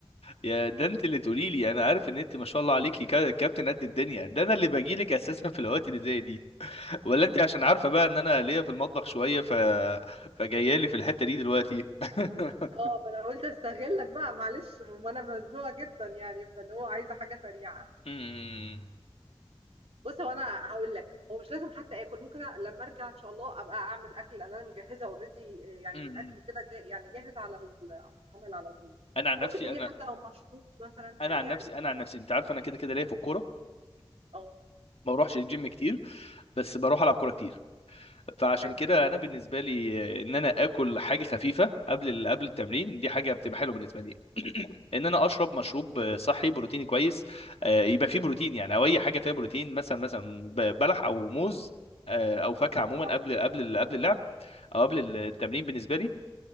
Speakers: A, on the left; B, on the right.
A: يا ده انت اللي تقولي لي انا عارف ان انت ما شاء الله عليكي كا- كابتن قد الدنيا ده انا اللي باجي لك اساسا في الاوقات اللي زي دي <laughs> ولا انت عشان عارفه بقى
B: صح؟
A: ان انا ليا في المطبخ شويه ف فجايه لي في الحته دي دلوقتي <laughs>
B: اه ما انا قلت استغلك بقى معلش ما انا مزنوقه جدا يعني فاللي هو عايزه حاجه سريعه
A: مم.
B: بص هو انا هقول لك هو مش لازم حتى اكل ممكن أ- لما ارجع ان شاء الله ابقى اعمل اكل انا مجهزه اوريدي يعني
A: مم.
B: اكل كده جا- يعني جاهز على العمل على طول
A: انا عن
B: بس
A: نفسي
B: ممكن تقولي
A: انا
B: حتى لو مشروب مثلا سريع
A: انا عن نفسي
B: يديني
A: انا عن نفسي انت عارف انا كده كده ليا في الكوره
B: اه
A: ما بروحش الجيم كتير بس بروح العب كوره كتير فعشان
B: حلو
A: كده انا بالنسبه لي آه، ان انا اكل حاجه خفيفه قبل ال- قبل التمرين دي حاجه بتبقى حلوه بالنسبه لي ان انا
B: صح
A: اشرب مشروب آه، صحي بروتيني كويس آه، يبقى فيه بروتين يعني او اي حاجه فيها بروتين مثلا مثلا ب- بلح او موز آه، او فاكهه عموما
B: اه
A: قبل قبل ال- قبل اللعب او قبل التمرين بالنسبه لي